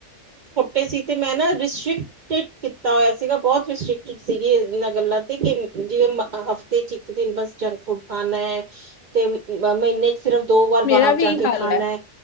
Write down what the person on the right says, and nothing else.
ਏ ਸੀ ਤੇ ਮੈਂ ਨਾ ਰਿਸ਼ਿਕ ਟਟ ਕੀਤਾ ਹੋਇਆ ਸੀਗਾ ਬਹੁਤ ਰਿਸਟ੍ਰਿਕਟ ਸੀਗੀ ਇਨਾਂ ਗੱਲਾਂ ਤੇ ਕਿ ਜਿਵੇਂ ਮ ਹਫ ਤੇ ਚ ਇੱਕ ਦਿਨ ਬਸ ਜੰਕ ਫੂਡ ਖਾਨੈ ਤੇ ਮੀਨੇ ਚ ਸਿਰਫ ਦੋ ਵਾਰ
ਬਾਹਰ
ਜਾ
ਕੇ
ਖਾਨੈ,